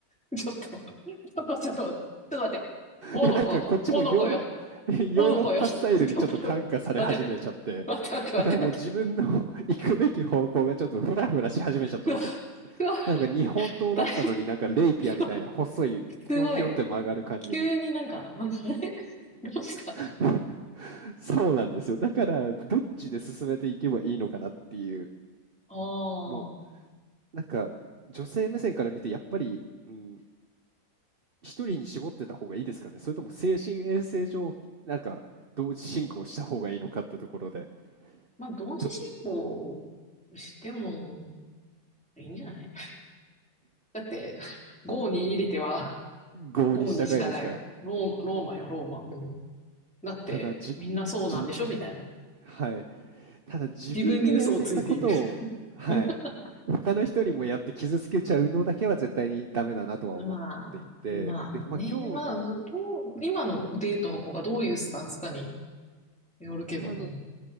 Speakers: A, in the centre; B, on the right (about 35°).
A: <laughs> ちょっと、ちょっと、ちょっと、ちょっと待って。おのこ、
B: や、なんかこっちもヨーロッ、
A: おのこよ。おのこよ。
B: <laughs> ヨーロッパスタイルにちょっと感化され始めちゃって、
A: ちょっと、待って、待って、待って、
B: だからもう自分の
A: 待って、待って。
B: <laughs> 行くべき方向がちょっとフラフラし始めちゃったんですよ。
A: うわ、うわ、
B: なんか日本刀だったのになんかレイピアみたいな細いピヨンピヨンって曲がる感じに
A: だいぶ、すごい。急になんか、なんかあれどうした
B: <laughs> そうなんですよ。だからどっちで進めていけばいいのかなっていう、
A: あ
B: も
A: あー。
B: うなんか女性目線から見てやっぱり、うん、一人に絞ってた方がいいですかねそれとも精神衛生上、なんか同時進行した方がいいのかってところで、
A: まあ、同時進行
B: ちょっと
A: してもいいんじゃないだって、郷に入りては、
B: 合にしたかいですが、
A: ゴーに従えよ。ローマ、ローマよ、ローマ。もう。だって、
B: ただじ、
A: みんなそうなんでしょみたいな。
B: じ、はい。ただ自分がやられたことを、
A: 自分に嘘をついている。
B: はい。
A: <laughs>
B: 他の人にもやって傷つけちゃうのだけは絶対にダメだなとは思っていて、
A: まあ、まあね。
B: で、まあ今日の、
A: まあ、どう、今のデートの子がどういうスタンスかによるけども。
B: 今の